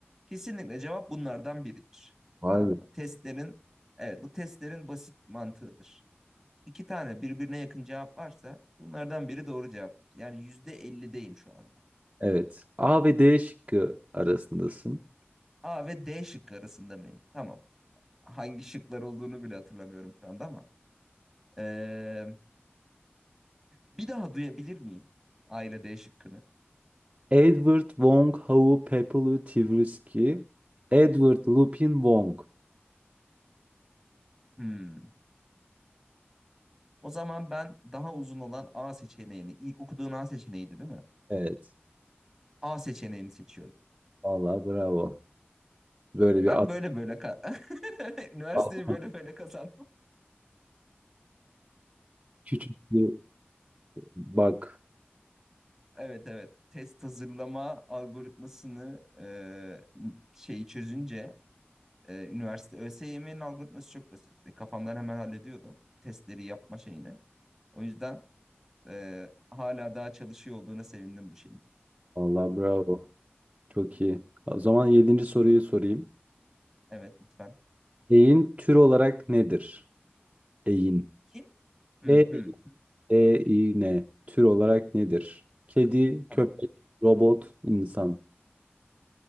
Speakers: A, in the centre; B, on the right.
A: kesinlikle cevap bunlardan biridir.
B: Vay
A: Tamam
B: be.
A: mı? Testlerin, evet bu testlerin basit mantığıdır. İki tane birbirine yakın cevap varsa bunlardan biri doğru cevap. Yani %50'deyim şu anda.
B: Evet. A ve D şıkkı arasındasın.
A: A ve D şıkkı arasında mıyım? Tamam. Hangi şıklar olduğunu bile hatırlamıyorum şu anda ama. Ee, bir daha duyabilir miyim A ile D şıkkını?
B: Edward Wong Hau Pepelu Tversky. Edward Lupin Wong.
A: Hmm. O zaman ben daha uzun olan A seçeneğini, ilk okuduğun A seçeneğiydi değil mi?
B: Evet.
A: A seçeneğini seçiyorum.
B: Vallahi bravo. Böyle bir
A: Ben
B: at,
A: böyle böyle ka- <laughs> üniversiteyi
B: atma.
A: böyle böyle kazandım.
B: Küçük bir bak.
A: Evet evet. Test hazırlama algoritmasını e, şeyi çözünce Ee, üniversite ÖSYM'nin algoritması çok basitti. Kafamdan hemen hallediyordum testleri yapma şeyini. O yüzden e, hala daha çalışıyor olduğuna sevindim bu şeyin.
B: Vallahi bravo. Çok iyi. O zaman yedinci soruyu sorayım.
A: Evet lütfen.
B: Eğin tür olarak nedir? Eğin.
A: Kim? Hı
B: E,
A: hı.
B: E, İ, N. Tür olarak nedir? Kedi,
A: Tamam.
B: köpek, robot, insan.